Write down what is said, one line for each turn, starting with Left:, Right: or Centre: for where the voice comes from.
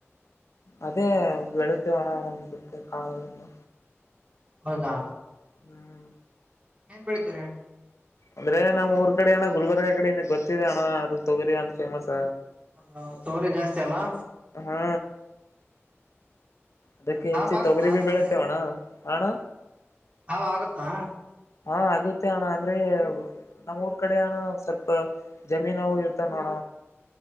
Left: ಅದೇ ಬೆಳತ ಹೋಣ ಒಂದಕ್ಕೆ ಕಾಲದಿಂದ
Right: ಬಗಾ
Left: ಹ್ಮ್
Right: ಏನ್ ಬೆಳತರ
Left: ಅಂದ್ರೆ ನಮ್ ಊರ್ ಕಡೆ ಅಣ್ಣ ಗುಲ್ಬರ್ಗಾ ಕಡೆ ಇ ಗೊತ್ತಿದೆ ಅಣ ಅದು ತೊಗರಿ ಅಂತ ಫೇಮಸ್
Right: ಹೌದ ತೊಗರೆ ಜಾಸ್ತಿ ಅಲ್ಲಾ
Left: ಹಾ ಅದಕ್ಕೆ
Right: ಲಾಭ
Left: ಹೆಚ್ಚಿ
Right: ಆಗುತ್ತಾ
Left: ತೊಗರಿ ಭೀ
Right: ಅದ್ರಲ್ಲಿ
Left: ಬೆಳತ್ತೇವಣ ಹಣ
Right: ಹ ಆಗುತ್ತಾ
Left: ಹಾ ಆಗುತ್ತೆ ಅಣ ಅಂದ್ರೆ ನಮ್ಮ್ ಊರ್ ಕಡೆ ಅಣ ಸ್ವಲ್ಪ ಜಮೀನು ಇರ್ತವ ನೋಡ